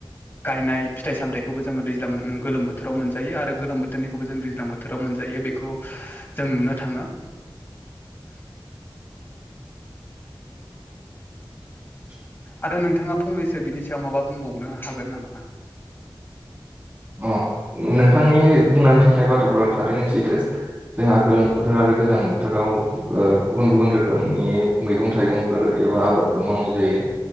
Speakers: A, on the left; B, on the right.
A: गायनाय फिथाइ सामथायाइखौबो जोङो दैज्लां। गोलोम बोथोराव मोनजायो आरो गोलोम बोथोरनिखौबो जों दैज्लां बोथोराव मोनजायो बेखौ जों नुनो थाङो। <inaudible>
B: <inaudible>
A: आरो नोंथाङा फंनैसो बिनि सायाव माबा बुंबावनो हागोन नामा।
B: अ। नोंथांनि बुंनानै थांनाय बाथ्राफोरा थारैनो सैथो जोंहा गोलोम बोथोर आरो गोजां बोथोराव। ओ गुबुन गुबुन रोखोमनि मैगं थाइगंफोर एबा आबादफोर मावनाय जायो।